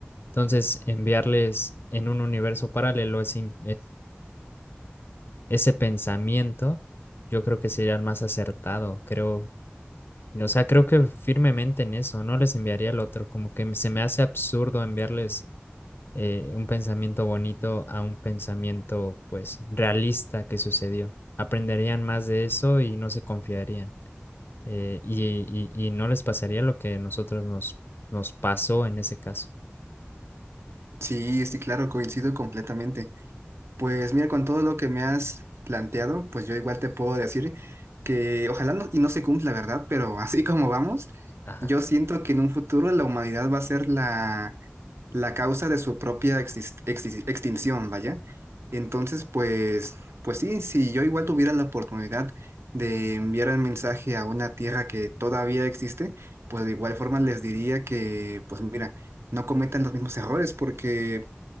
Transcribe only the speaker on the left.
Entonces, enviarles en un universo paralelo ese, ese pensamiento, yo creo que sería el más acertado, creo, o sea, creo que firmemente en eso, no les enviaría el otro, como que se me hace absurdo enviarles eh, un pensamiento bonito a un pensamiento, pues, realista que sucedió. Aprenderían más de eso y no se confiarían. eh, y, y, y no les pasaría lo que a nosotros nos, nos pasó en ese caso.
Ajá.